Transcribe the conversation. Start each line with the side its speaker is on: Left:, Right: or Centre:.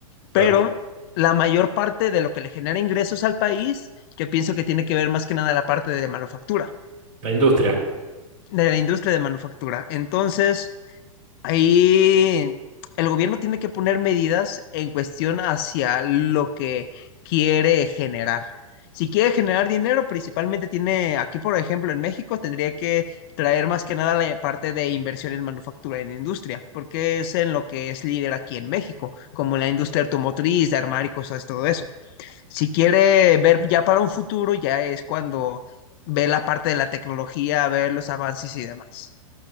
Right: claro.
Left: Pero la mayor parte de lo que le genera ingresos al país, yo pienso que tiene que ver más que nada la parte de manufactura,
Right: La industria,
Left: de la industria de manufactura. Entonces, Ahí el gobierno tiene que poner medidas en cuestión hacia lo que quiere generar. Si quiere generar dinero, principalmente tiene, aquí por ejemplo en México, tendría que traer más que nada la parte de inversión en manufactura, en industria, porque es en lo que es líder aquí en México, como la industria automotriz, de armar y cosas, todo eso. Si quiere ver ya para un futuro, ya es cuando ve la parte de la tecnología, ver los avances y demás.